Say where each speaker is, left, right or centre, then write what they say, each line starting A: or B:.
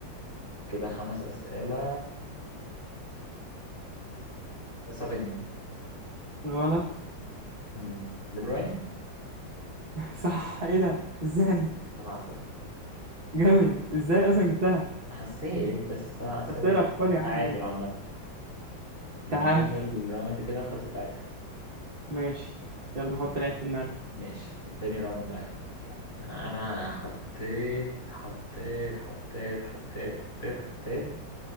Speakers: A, on the left; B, on the right.
A: كده خمس أسئلة سافينيو
B: غلط
A: مم. دي بروين
B: <laughs> صح ايه ده ازاي
A: سبع أسئلة
B: جامد ازاي اصلا جبتها
A: حسيت بس سبع أسئلة
B: طب تقرا
A: يعني
B: افكار يا عم
A: تعادل
B: ده.
A: عامة يعني
B: تعال
A: أول راوند كده خلص تعادل
B: ماشي يلا
A: م-
B: حط لعيب في دماغك
A: ماشي تاني راوند بقى أنا حطيت حطيت حطيت حطيت حطيت حطيت